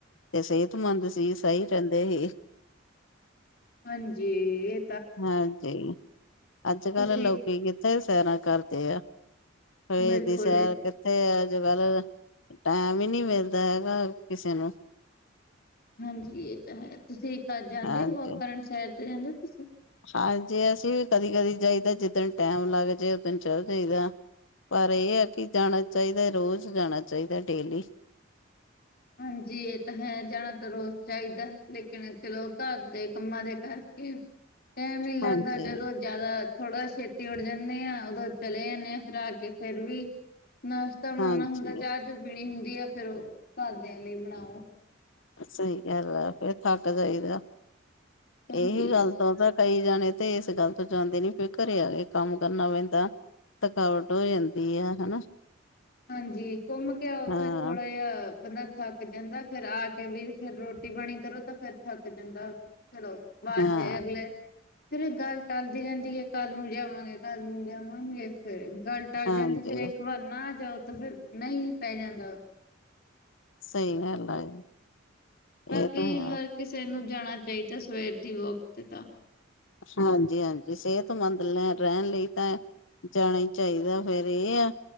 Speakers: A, on the left (about 70°); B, on the left (about 50°).
A: ਤੇ ਸਿਹਤਮੰਦ ਸੀ। ਸਹੀ ਰਹਿੰਦੇ ਸੀ।
B: ਹਾਂਜੀ। ਏਏ
A: ਹਾਂਜੀ। ਅੱਜ
B: ਤੁਸੀਂ
A: ਕਲ ਲੋਕੀ ਕਿੱਥੇ ਸੈਰਾਂ ਕਰਦੇ ਆ? ਸਵੇਰ
B: ਬਿਲਕੁਲ
A: ਦੀ ਸੈਰ ਤੇ ਅੱਜ-ਕੱਲ ਟਾਈਮ ਹੀ ਨਹੀ ਮਿਲਦਾ, ਹੈਗਾ ਕਿਸੇ ਨੂੰ।
B: ਹਾਂਜੀ। ਇਹ ਤਾਂ ਹੈ ਤੁਸੀਂ ਜਾਂਦੇ
A: ਹਾਂਜੀ
B: ਹੋ, ਵੋਕ ਕਰਨ ਸੈਰ ਤੇ ਜਾਂਦੇ ਹੋ ਤੁਸੀਂ?
A: ਹਾਂਜੀ। ਅਸੀਂ ਵੀ ਕਦੀ ਕਦੀ ਜਾਈਦਾ ਜਿੱਦਣ ਟੈਮ ਲੱਗ ਓਦਣ ਚੱਲ ਜਾਈਦਾ ਪਰ ਇਹ ਹੈ ਕਿ ਜਾਣਾ ਚਾਹੀਦਾ ਰੋਜ਼ ਜਾਣਾ ਚਾਹੀਦਾ ਡੇਲੀ
B: ਹਾਂਜੀ। ਇਹ ਤਾਂ ਹੈ ਜਾਣਾ ਤਾਂ ਰੋਜ ਚਾਹੀਦਾ ਲੇਕਿਨ ਚਲੋ ਘਰ ਦੇ ਕੰਮਾਂ ਦੇ ਘਰ ਟਾਈਮ ਨੀ ਲੱਗਦਾ
A: ਹਾਂਜੀ
B: ਜਦੋਂ ਜਿਆਦਾ ਥੋੜਾ ਛੇਤੀ ਉੱਡ ਜਾਂਦੇ ਆਂ। ਉਦੋਂ ਚਲੇ ਜਾਂਣੇ ਹਾਂ, ਫਿਰ ਆ ਕੇ, ਫੇਰ ਵੀ ਨਾਸ਼ਤਾ ਬਣਾਉਣਾ
A: ਹਾਂਜੀ
B: ਹੁੰਦਾ। ਚਾਹ ਚੂ ਪੀਣੀ ਹੁੰਦੀ ਆ, ਫੇਰ ਉਹ ਘਰਦਿਆਂ ਲਈ ਬਣਾਓ।
A: ਸਹੀ ਗੱਲ, ਫੇਰ ਥੱਕ ਜਾਈਦਾ।
B: ਹਾਂਜੀ
A: ਇਹੀ
B: ਇਹ
A: ਗੱਲ ਤੋਂ ਤ ਕਈ ਜਾਣੇ ਤੇ ਇਸ ਗੱਲ ਤੋਂ ਜਾਂਦੇ ਨੀ ਫਿਰ ਘਰੇ ਆ ਕੇ ਕੰਮ ਕਰਨਾ ਪੈਂਦਾ। ਥਕਾਵਟ ਹੋ ਜਾਂਦੀ ਆ ਹਨਾ।
B: ਹਾਂਜੀ। ਘੁੰਮ ਕੇ ਆਓ, ਫਿਰ
A: ਹਾਂ
B: ਥੋੜਾ ਜਿਹਾ ਬੰਦਾ ਥੱਕ ਥੱਕ ਜਾਂਦਾ, ਫੇਰ ਆ ਕੇ ਵੀ ਫਿਰ ਰੋਟੀ-ਪਾਣੀ ਕਰੋ ਤਾਂ ਫੇਰ ਥੱਕ ਜਾਂਦਾ ਚਲੋ। ਬਾਅਦ
A: ਹਾਂ
B: ਚ ਅਗਲੇ ਫੇਰ ਗੱਲ ਟਲਦੀ ਜਾਂਦੀ ਹੈ। ਕੱਲ ਨੂੰ ਜਾਵਾਂਗੇ, ਕੱਲ ਨੂੰ ਜਾਵਾਂਗੇ। ਫੇਰ ਗੱਲ ਟਲ
A: ਹਾਂਜੀ
B: ਜਾਂਦੀ, ਫੇਰ ਇੱਕ ਵਾਰ ਨਾ ਜਾਓ, ਤਾਂ ਫੇਰ ਨਹੀਂ ਪੈ ਜਾਂਦਾ।
A: ਸਹੀ ਗੱਲ।
B: ਬਾਕੀ
A: ਇਹ ਤਾਂ ਹੈ
B: ਹਰ ਕਿਸੇ ਨੂੰ ਜਾਣਾ ਚਾਹੀਦਾ। ਸਵੇਰ ਦੀ ਵੋਕ ਤੇ
A: ਹਾਂਜੀ- ਹਾਂਜੀ। ਸਿਹਤਮੰਦ ਰਹਿਣ ਲਈ ਤਾਂ ਜਾਣਾ ਹੀ ਚਾਹੀਦਾ, ਫੇਰ ਇਹ ਆ